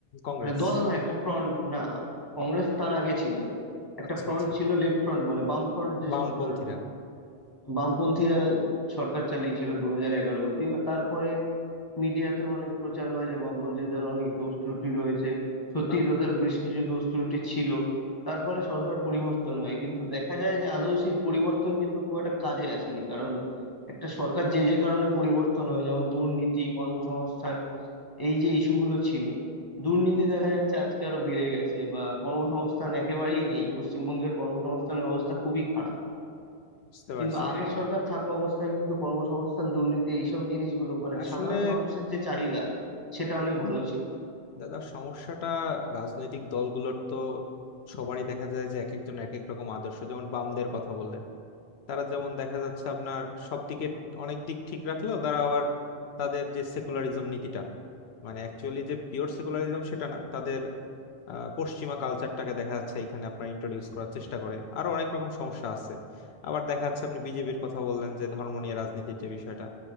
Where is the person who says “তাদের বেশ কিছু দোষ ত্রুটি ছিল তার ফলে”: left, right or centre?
Left